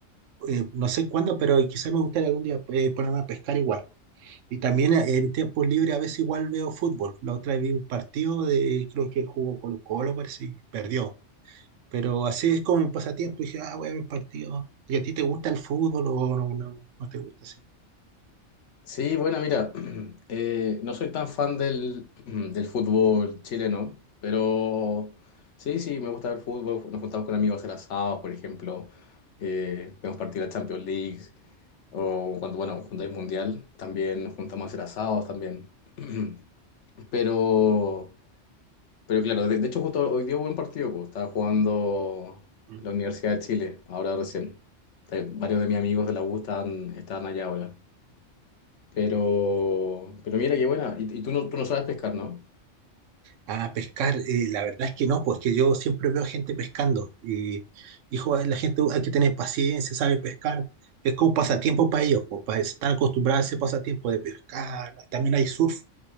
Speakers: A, on the right (about 85°); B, on the left (about 75°).
A: eh, no sé cuándo, pero quizá me gustaría algún día eh, ponerme a pescar igual. Y también eh, en mi tiempo libre a veces igual veo fútbol. La otra vez vi un partido de, creo que jugó Colo Colo, parece, y perdió. Pero así es como mi pasatiempo. Y dije, ah, voy a ver partidos. ¿Y a ti te gusta el fútbol o no, no, no te gusta así?
B: Sí, bueno, mira, <clears throat> eh, no soy tan fan del, <clears throat> del fútbol chileno, pero sí, sí, me gusta ver fútbol. Nos juntamos con amigos a hacer asados, por ejemplo. eh, vemos partidos de la Champions League, o cuando, bueno, cuando hay mundial, también nos juntamos a hacer asados también. <clears throat> Pero, pero claro, de, de hecho justo hoy dio buen partido, pues estaba jugando
A: Mm.
B: la Universidad de Chile, ahora recién.
A: Sí.
B: Eh, Varios de mis amigos de la U están, están allá ahora. Pero, pero mira qué buena. Y, y tú no, tú no sabes pescar, ¿no?
A: Ah, pescar, eh, la verdad es que no, pues que yo siempre veo gente pescando y dijo, la gente hay que tener paciencia, sabe pescar, es como pasatiempo para ellos, pues, para estar acostumbrados a ese pasatiempo de pescar, también hay surf,